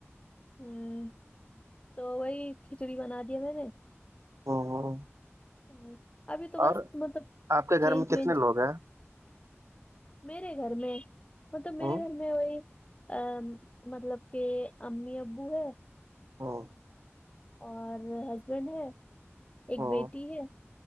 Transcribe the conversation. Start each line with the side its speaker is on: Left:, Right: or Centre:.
Left: ہوں تو وہی کھچڑی بنادیا میں نے
Right: ہوں ہوں
Left: ہ ابھی تو بس
Right: اور
Left: مطلب
Right: آپ کے
Left: چینج
Right: گھر میں
Left: وینج
Right: کتنے لوگ ہیں
Left: میرے گھر میں مطلب میرے
Right: ہوں
Left: گھر میں وہی ا مطلب کہ امی ابو ہے
Right: ہاں
Left: اور ہسبینڈ ہے ایک
Right: ہوں
Left: بیٹی ہے